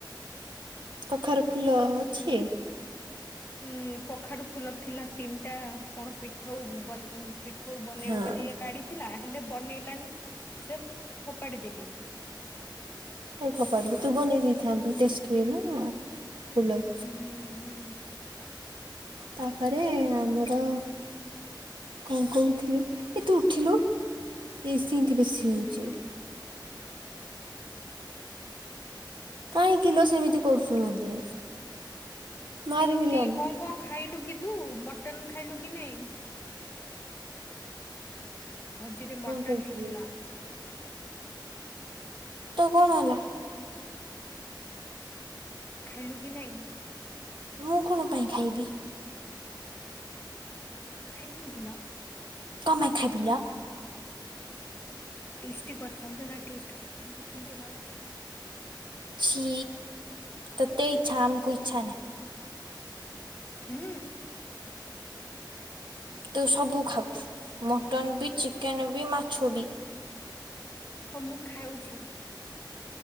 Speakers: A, on the right (about 75°); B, on the left (about 25°).
A: କଖାରୁ ଫୁଲ ଅଛି?
B: ଉଁ କଖାରୁ ଫୁଲ ଥିଲା ତିନିଟା କଣ ପିଠଉ ବ ଉଁ ପିଠଉ ବନେଇବ
A: ହଁ।
B: ବୋଲି ଇଏ କାଢିଥିଲା ହେଲେ ବନେଇଲାନି। ସେ ଫୋପାଡି ଦେଲିି ମୁଁ ତାକୁ।
A: କାଇ ଫୋପାଡିଲୁ ତୁ ବନେଇ ଦେଇଥାନ୍ତୁ ଟେଷ୍ଟ୍ ହୁଏନା ଫୁଲ।
B: ହୁଁ। ହୁଁ
A: ତାପରେ ଆମର କଣ କୋଉ? ଥିଲି ଏ ତୁ ଉଠିଲୁ ଏ ସିନ୍ତି ବେଶୀ ହଉଚି। କାହିଁ କିଲୋ ସେମିତି କରୁଛୁ ମତେ।
B: ସେମତି
A: ମାରିବି ଲୋ ମା
B: କଣ କଣ ଖାଇଲୁ କି ତୁ ମଟନ୍ ଖାଇଲୁ କି ନାଇଁ? ଭୋଜିରେ
A: କଣ
B: ମଟନ୍
A: କହୁଛୁ
B: ହେଇଥିଲା।
A: କିରେ ତୁ କଣ ହେଲା।
B: ଖାଇଲୁ କି ନାହିଁ?
A: ମୁଁ କଣ ପାଇଁ ଖାଇବି।
B: ଖାଇବୁନୁ କିିଲ ଲୋ।
A: କଣ ପାଇଁ ଖାଇବି ଲୋ।
B: ଟେଷ୍ଟି କରିଥାନ୍ତୁ ନା ଟେଷ୍ଟ୍ କରିଥାନ୍ତୁ କେମିତି ଲାଗୁଛି ବୋଲି।
A: ଛି ତତେଇ ଚ୍ଛାମ୍ କୁ ଇଚ୍ଛା ନାହିଁ।
B: ହୁଁ
A: ତୁ ସବୁ ଖାଉଛୁ ମଟନ ବି ଚିକେନ ବି ମାଛ ବି।
B: ହଁ ମୁଁ ଖାଉଛି।